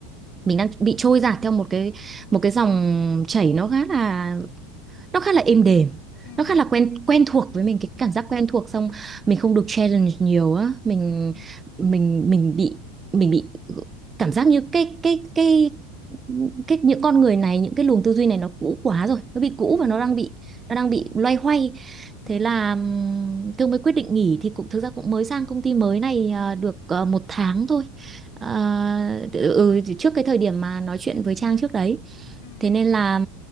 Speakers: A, on the right (about 20°); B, on the left (about 65°).
A: mình đang bị trôi dạt theo một cái một cái dòng chảy nó khá là nó khá là êm đềm
B: ừm,
A: nó khá là quen quen thuộc với mình cái cảm giác quen thuộc xong mình không được challenge nhiều á mình
B: ừm, ừm,
A: mình mình bị mình bị cảm giác như cái cái cái cái những con người này những cái luồng tư duy này nó cũ quá rồi nó bị cũ
B: ừm,
A: và nó đang bị nó đang bị loay hoay
B: ừm,
A: thế là ừm, Thương mới quyết định nghỉ thì cũng thực ra cũng mới sang công ty mới này à, được à, một tháng thôi
B: Wow,
A: À,
B: ừm,
A: ừ, trước cái thời điểm mà nói chuyện với Trang trước đấy
B: ừm,
A: thế nên là